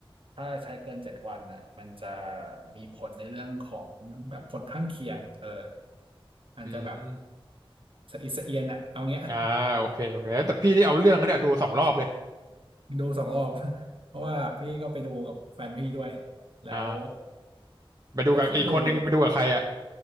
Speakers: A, on the right; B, on the right.
A: ถ้าใช้เกินเจ็ดวันน่ะมันจะมีผลในเรื่องของแบบผลข้างเคียงเอออาจจะแบบ
B: อืม
A: สะอิดสะเอียนอ่ะเอาเงี้ย
B: อ่าโอเคโอเคแต่พี่ที่เอาเรื่องนะเนี่ยดูสองรอบเลย
A: ดูสองรอบ <laughs> เพราะว่าพี่ก็ไปดูกับแฟนพี่ด้วยแล้ว
B: อ่า ไปดูกับอีกคนนึงไปดูกับใครอ่ะ
A: แต่พี่ดูเนี่ย